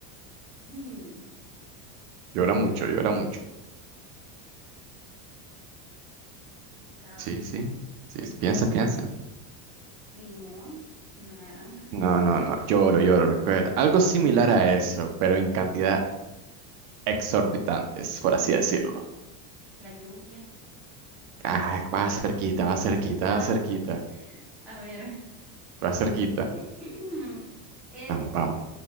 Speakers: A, in the centre; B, on the right.
A: Hmm,
B: Llora mucho, llora mucho.
A: complicado.
B: Sí, sí, sí, sí, piensa, piensa.
A: Limón, una naranja,
B: No, no, no, lloro, lloro, recuerda. Algo similar a eso, pero en cantidad exorbitantes, por así decirlo.
A: la lluvia.
B: Ah, va cerquita, va cerquita,
A: Ah,
B: va cerquita,
A: a ver.
B: va cerquita.
A: <clears throat> Es
B: Vamos, vamos.